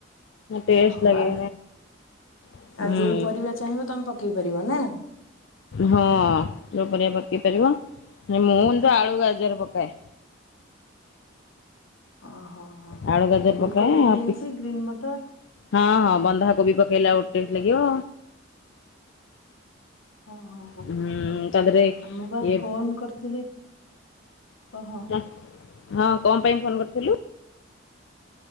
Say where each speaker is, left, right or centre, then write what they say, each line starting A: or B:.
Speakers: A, on the left; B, on the left.
A: ଟେଷ୍ଟ
B: ହଁ
A: ଲାଗେ
B: ଆଉ
A: ହୁଁ
B: ଆଉ ଯୋଉ ପରିବା ଚାହିଁବ ତମେ ପା ପେଇ ପାରିବ ନା।
A: ହଁ ଯୋଉ ପରିଆ ପକେଇ ପାରିବ। ମୁଁ ତ ଆଳୁ ଗାଜର ପକାଏ।
B: ଓହୋ ହୋ
A: ଆଳୁ ଗାଜର
B: ଫୁଲକୋବି
A: ପକାଏ ଆଉ
B: ବିନ୍ସ
A: ପି,
B: ଗ୍ରୀନ୍ ମଟର
A: ହଁ ହଁ। ବନ୍ଧାକୋବି ପକେଇଲେ ଆଉ ଟେଷ୍ଟ ଲାଗିବ।
B: ଓହୋ।
A: ହଁ ତା ଦେହରେ
B: ଆ ମୁଁ ବା
A: ଇଏ
B: ଫୋନ କରିଥିଲି କହ
A: ହଁ କଣ ପାଇଁ ଫୋନ କରିଥିଲୁ?